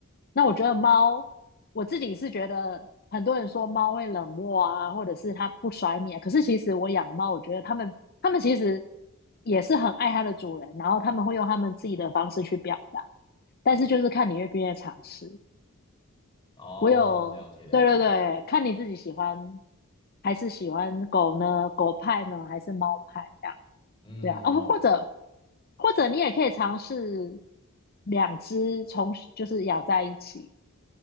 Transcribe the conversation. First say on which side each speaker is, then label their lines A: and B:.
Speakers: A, on the left; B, on the left.
A: 那我觉得猫，我自己是觉得很多人说猫会冷漠啊，或者是它不甩你啊。可是其实我养的猫，我觉得它们它们其实也是很爱它的主人，然后他们会用他们自己的方式去表达，但是就是看你愿不愿意尝试。
B: <laughs> 哦，
A: 我有，
B: 了解了解。
A: 对对对，看你自己喜欢还是喜欢狗呢？狗派呢，还是猫派这样？
B: 嗯，
A: 对啊，哦，或者或者你也可以尝试两只从就是养在一起。